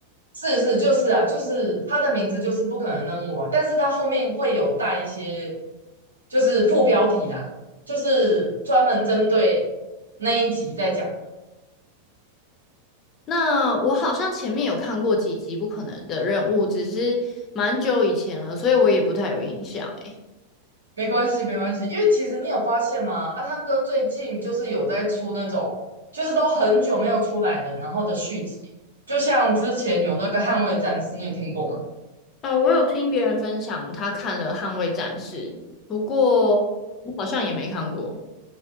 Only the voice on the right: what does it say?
是是，就是啊，就是他的名字就是不可能扔务啊但是它后面会有带一些就是副标题啦，就是专门针对那一集在讲的。
没关系，没关系，因为其实你有发现吗？阿汤哥最近就是有在出那种，就是都很久没有出来的，然后的续集，就像之前有那个《捍卫战士》，你有听过吗？